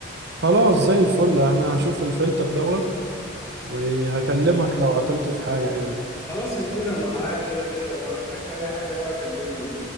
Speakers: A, on the right; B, on the left.
A: خلاص زي الفل أنا هشوف الفلتر دوت وهكلمك لو عطلت في حاجة يعني
B: خلاص يا كبير انا معاك كده كده لو احتجت اي حاجة بقى كلمني